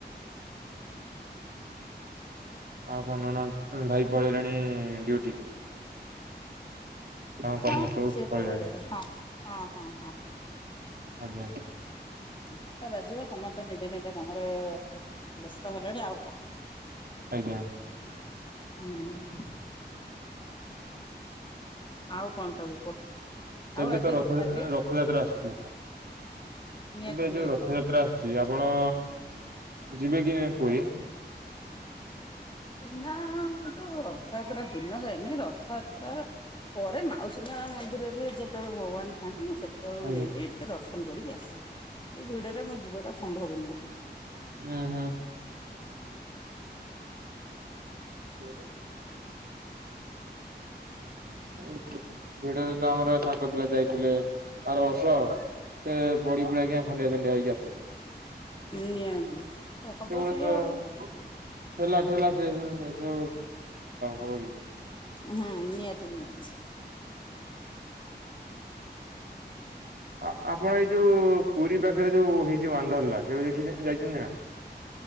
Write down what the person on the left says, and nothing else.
ହଁ ସିଏ
ପଳେଇଲେଣି ହଁ-ହଁ-ହଁ-ହଁ।
ଦଶଟା ବାଜିବ ସମସ୍ତେ ନିଜ ନିଜ କାମରେ ବ୍ୟସ୍ତ ହେଲଣି ଆଉ କଣ
ହୁଁ। ଆଉ କଣ ସବୁ କୁହ
ଆଉ ଆଜି
କି ଖାଦ୍ୟ
ନିହାତି
ନିହାତି
ନା, ମୁଁ ତ ରଥଯାତ୍ରା ଦିନ ଯାଏନି। ରଥଯାତ୍ରା ପରେ ମାଉସୀ ହଁ, ମନ୍ଦିରରେ ଯେତେବେଳେ ଭଗବାନ ଥାଆନ୍ତି, ମୁଁ ସେତେବେଳକୁ
ଯାଇକି ଟିକେ ଦର୍ଶନ କରିକି ଆସେ। ସେ ଭିଡ଼ରେ ମୋ ଯିବାଟା ସମ୍ଭବ ନୁହେଁ।
ନିହାତି ହବ ସେଇଆ ଆଉ।
ହୁଁ। ନିହାତି ନିହାତି।